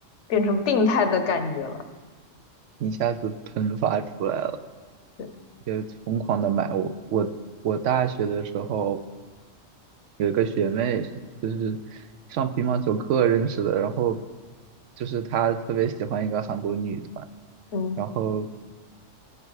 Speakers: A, on the left; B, on the right.
A: 变成病态的感觉了。
B: 一下子喷发出来了，
A: 对
B: 就疯狂的买。我我我大学的时候有一个学妹是就是上乒乓球课认识的，然后就是她特别喜欢一个韩国女团，
A: 嗯
B: 然后